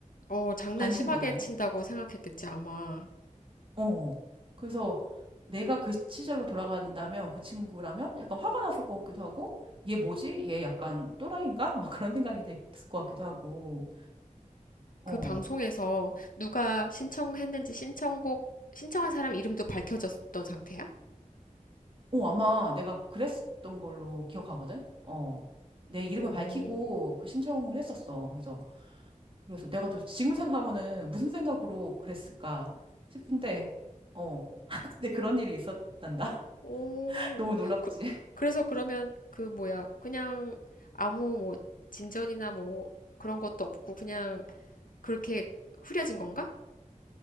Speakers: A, on the left; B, on the right.
A: 어, 장난
B: 관심보다는?
A: 심하게 친다고 생각했겠지, 아마.
B: 어. 그래서 내가 그 시절로 돌아간다면 그 친구라면 약간 화가 났을 것 같기도 하고, 얘 뭐지? 얘 약간 또라이인가? 막 그런 생각이 됐을 것 같기도 하고, 어.
A: 그 방송에서 누가 신청했는지 신청곡, 신청한 사람 이름도 밝혀졌던 상태야?
B: 어, 아마 내가 그랬던 걸로 기억하거든? 어. 내 이름을
A: 오
B: 밝히고 그 신청을 했었어. 그래서, 그래서 내가 또 지금 생각하면은 무슨 생각으로 그랬을까 싶은데, 어. <laughs> 근데 그런 일이 있었단다.
A: 오,
B: <laughs> 너무 놀랍지.
A: 그, 그래서 그러면 그 뭐야, 그냥 아무 뭐 진전이나 뭐 그런 것도 없고 그냥 그렇게 흐려진 건가?